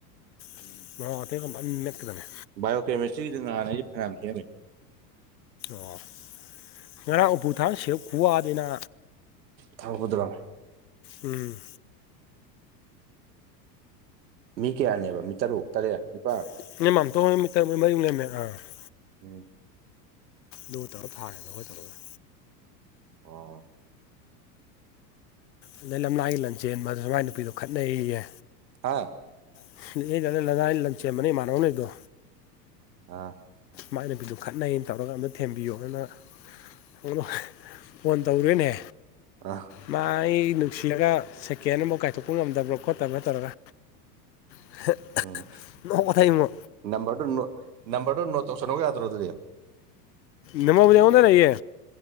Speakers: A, on the left; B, on the right.
A: ꯎꯝ ꯃꯣꯔꯣꯛ ꯑꯇꯦꯛꯄꯒ ꯐꯟ ꯃꯦꯠꯀꯗꯕꯅꯦ
B: ꯕꯥꯏꯑꯣꯀꯦꯃꯤꯁꯇ꯭ꯔꯤꯒꯤꯗꯨ ꯅꯍꯥꯟ ꯑꯩꯖꯨ ꯐꯅꯌꯥꯝ ꯍꯦꯛ ꯑꯝꯃꯦ
A: ꯑꯣ ꯉꯔꯥꯡ ꯎꯄꯨ ꯊꯥꯡ ꯁꯦꯞ ꯈꯨꯋꯥꯑ ꯗꯤꯅꯥ
B: ꯊꯥꯡꯕꯗꯨꯔꯣ
A: ꯎꯝ
B: ꯃꯤ ꯀꯌꯥꯅꯦꯕ ꯃꯤ ꯇꯔꯨꯛ ꯇꯔꯦꯠ ꯅꯤꯄꯥꯟ
A: <unintelligible>
B: ꯎꯝ
A: ꯅꯣꯏ ꯇꯔꯨꯛ ꯑꯝ ꯊꯥꯔꯦꯗꯅ ꯑꯈꯣꯏ ꯇꯔꯨꯛ ꯑꯃ
B: ꯑꯣ ꯑꯣ
A: ꯑꯗꯩ ꯂꯥꯝꯂꯏꯒꯤ ꯂꯟꯆꯦꯟꯕ ꯗꯨꯁꯨ ꯃꯥꯏ ꯅꯨꯄꯤꯗꯣ ꯈꯠꯅꯩꯌꯦ ꯌꯦ
B: ꯑꯥ
A: <unintelligible> ꯂꯟꯆꯦꯟꯕꯅ ꯏꯃꯥꯟꯕ ꯑꯃ ꯂꯩꯕꯗꯣ
B: ꯑꯥ
A: ꯃꯥꯏ ꯅꯨꯄꯤꯗꯨ ꯈꯠꯅꯩꯩꯌꯦꯅ ꯇꯧꯔꯒ ꯑꯃꯨꯛ ꯊꯦꯝꯕꯤꯌꯣꯅ <unintelligible> ꯐꯣꯟ ꯇꯧꯔꯦꯅꯦ
B: ꯑ
A: ꯃꯥ ꯑꯩ ꯅꯨꯡꯁꯤꯅꯔꯒ ꯁꯦꯀꯦꯟ ꯑꯝꯕꯧ ꯀꯥꯏꯊꯣꯛꯄ ꯉꯝꯗꯕ꯭ꯔꯥ ꯈꯣꯠꯇꯕ꯭ꯔꯥ ꯇꯧꯔꯒ <unintelligible>
B: ꯎꯝ
A: ꯅꯣꯛꯀꯊꯩꯉꯣ
B: ꯅꯝꯕꯔꯗꯨ ꯅꯣꯠ ꯅꯝꯕꯔꯗꯨ ꯅꯣꯠ ꯇꯧꯁꯟꯍꯧ ꯌꯥꯗ꯭ꯔꯣ ꯑꯗꯨꯗꯤ
A: ꯅꯝꯕꯔꯕꯨꯗꯤ ꯑꯩꯉꯣꯟꯗ ꯂꯩꯌꯦ